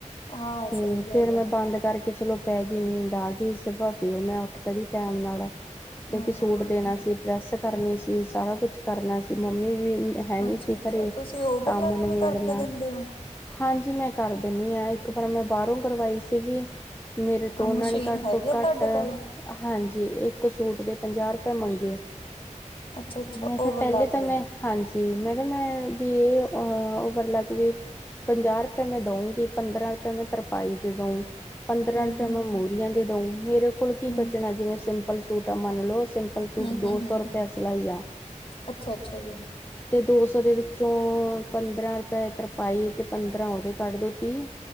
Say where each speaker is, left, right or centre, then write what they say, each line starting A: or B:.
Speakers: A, on the left; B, on the left.
A: ਹਾਂ
B: ਤੇ
A: ਸਹੀ ਗੱਲ
B: ਫੇਰ ਮੈਂ
A: ਆ
B: ਬੰਦ ਕਰਕੇ ਚਲੋ ਪੈ ਗਈ ਨੀਂਦ ਆ ਗਈ, ਸੁਬਹ ਫੇਰ ਮੈਂ ਉੱਠ ਖੜੀ ਟੈਮ ਨਾਲ। ਅਹ ਕਿਉਂਕਿ
A: ਹਮ
B: ਸੂਟ
A: ਹਮ
B: ਦੇਨਾ ਸੀ, ਪ੍ਰੈੱਸ ਕਰਨੀ ਸੀ, ਸਾਰਾ ਕੁਛ ਕਰਨਾ ਸੀ। ਮੰਮੀ ਵੀ ਹੈ ਨੀ
A: ਅੱਛਾ
B: ਸੀ
A: ਅੱਛਾ
B: ਘਰੇ।
A: ਤੁਸੀਂ ਓਵਰਲਾਕ
B: ਕੰਮ ਨਬੇੜਨਾ
A: ਵੀ ਕਰਕੇ ਦਿੰਦੇ ਹੋ
B: ਹਾਂਜੀ ਮੈਂ ਕਰ ਦੇਨੀ ਆਂ, ਇੱਕ ਪਰ ਮੈਂ ਬਾਹਰੋਂ ਕਰਵਾਈ ਸੀਗੀ। ਮੇਰੇ ਤੋ ੳਨਾ
A: ਮਸ਼ੀਨ
B: ਨੇ ਘੱਟ
A: ਹੈਗੀ
B: ਤੋ
A: ਆ
B: ਘੱਟ
A: ਤੁਹਾਡੇ ਕੋਲ
B: ਹਾਂਜੀ ਇੱਕ ਸੂਟ ਦੇ ਪੰਜਾਹ ਰੁਪਏ ਮੰਗੇ।
A: ਅੱਛਾ ਅੱਛਾ
B: ਮੈਂ ਕਿਹਾ
A: ਓਵਰਲਾਕ
B: ਪੈਲੇ ਤਾਂ
A: ਦੇ
B: ਮੈਂ ਹਾਂਜੀ ਮੈਂ ਕਿਹਾ ਮੈਂ ਵੀ ਇਹ ਓਵਰਲੱਗ ਵੀ ਪੰਜਾਹ ਰੁਪਏ ਮੈਂ ਦਊਂਗੀ ਪੰਦਰਾਂ ਰੁਪਏ ਮੈਂ ਤਰਪਾਈ ਦੇ ਦਊ ਪੰਦਰਾਂ
A: ਹਮ
B: ਰੁਪਏ
A: ਹਮ
B: ਮੈਂ ਮੋਹਰੀਆਂ
A: ਹਮ
B: ਦੇ ਦਊ, ਮੇਰੇ ਕੋਲ ਕੀ
A: ਹਮ
B: ਬਚਨਾ ਜਿਵੇਂ ਸਿੰਪਲ ਸੂਟ ਆ ਮੰਨ ਲਓ ਸਿੰਪਲ ਸਿੰਪਲ ਸੂਟ
A: ਹਮ
B: ਦੋ
A: ਹਮ
B: ਸੌ
A: ਹਮ
B: ਰੁਪਏਆ
A: ਹਮ
B: ਸਲਾਈ ਆ।
A: ਅੱਛਾ ਅੱਛਾ ਜੀ
B: ਤੇ ਦੋ ਸੌ ਦੇ ਵਿੱਚੋਂ ਪੰਦਰਾਂ ਰੁਪਏ ਤਰਪਾਈ ਤੇ ਪੰਦਰਾਂ ੳਹਦੇ ਕੱਢ ਦੳ, ਤੀਹ